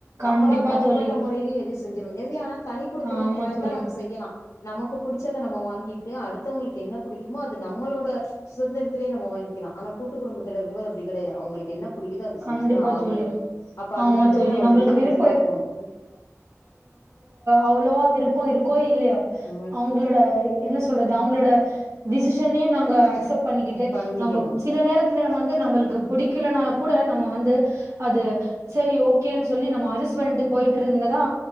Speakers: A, on the right; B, on the left.
A: கண்டிப்பா
B: நம்மளா தனிப்பட்ட
A: தோழி
B: முறைலயு எது செஞ்சிருவோ இது ஆனா தனி குடுத்தனுல
A: ஆமா
B: இருந்தா
A: தோழி
B: நம்ம செய்யலா நமக்கு புடிச்சத நம்ம வாங்கிட்டு அடுத்தவங்களுக்கு என்ன பிடிக்குமோ அது நம்மளோட சுதந்திரத்திலே நம்ம வாங்கிக்கிகளா ஆனா கூட்டு குடும்பத்து இருக்கும்போது அப்டி கெடையாது அவுங்களுக்கு என்ன புடிக்குதோ அத
A: கண்டிப்பா
B: செஞ்சுதா ஆகணு
A: தோழி
B: நம்ப அப்ப அந்த
A: ஆமா
B: இடத்துலயு
A: தோழி
B: நம்ம
A: நம்மளுக்கு
B: வுட்டு குடுத்துதா
A: விருப்போ
B: போனு
A: அவ்ளோவா விருப்பம் இருக்கோ இல்லயோ
B: உ
A: அவுங்களோட என்ன சொல்றது அவுங்களோட டிசிஷனயு நாங்க அக்சப்ட் பண்ணிக்கிட்டு
B: பண்ணிக்கணு
A: நம்ப சில நேரத்துல நம்ம வந்து நம்ளுக்கு பிடிக்கலனா கூட நம்ம
B: ஆமா
A: வந்து அது செரி ஓகேன்னு சொல்லி நம்ம அட்ஜஸ்ட் பண்ணிட்டு போய்ட்டுருந்தாதா